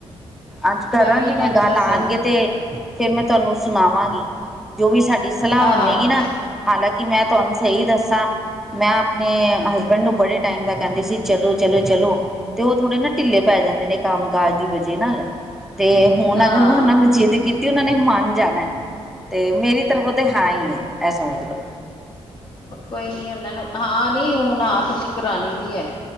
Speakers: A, in the centre; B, on the left.
A: ਅੱਜ ਤਰਾਂਗੀ
B: ਵੀ ਇਹਨਾਂ
A: ਮੈਂ
B: ਨੂੰ
A: ਦੱਲ
B: ਦੱਸਾਂਗੀ
A: ਆਣਗੇ ਤੇ ਫੇਰ ਮੈਂ ਤੁਆਨੂੰ ਸੁਣਾਵਾਂਗੀ ਜੋ ਵੀ ਸਾਡੀ ਸਲਾ ਬੰਨੇਗੀ
B: ਆਹ
A: ਨਾ। ਹਾਲਾਂਕਿ ਮੈਂ ਤੁਆਨੂੰ ਸਈ ਦੱਸਾਂ ਮੈਂ ਆਪਣੇ ਹਸਬੈਂਡ ਨੂੰ ਬੜੇ ਟਾਈਮ ਦਾ ਕੈਂਦੀ ਸੀ ਚਲੋ ਚਲੇ-ਚਲੋ ਤੇ ਓ ਥੋੜੇ ਨਾ ਢਿੱਲੇ ਪੈ ਜਾਂਦੇ ਨੇ। ਕੰਮ ਕਾਜ ਦੀ ਬਜੇ ਨਾਲ। ਤੇ ਹੁਣ
B: ਹਾਂ
A: ਅਗਰ ਮੈਂ ਓਹਨਾਂ ਨੂੰ ਜਿੱਦ ਕੀ ਤੇ ਓਨਾਂ ਨੇ ਮਨ ਜਾਨੈ ਤੇ ਮੇਰੀ ਤਰਫੋਂ ਤੇ ਹਾਂ ਈ ਏ, ਐ ਸਮਝ ਲੋ।
B: ਓ ਕੋਈ ਨੀ ਓਨਾਂ ਨੂੰ ਹਾਂ ਨੀ ਹੁਣ ਹਾਂ ਤੁਸੀ ਕਰਾਨੀ ਵੀ ਐ।